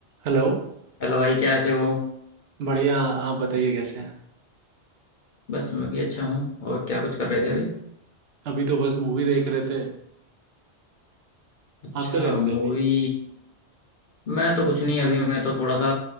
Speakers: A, on the right; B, on the left.
A: Hello
B: हेलो भाई क्या ऐसे हो
A: बढ़िया आप बताइए कैसे हैं
B: बस मैं भी अच्छा हूँ और क्या कुछ कर रहे थे अभी
A: अभी तो बस मूवी देख रहे थे
B: अच्छा
A: आप क्या कर रहे थे
B: मूवी
A: अभी
B: मैं तो कुछ नहीं अभी मैं तो थोड़ा सा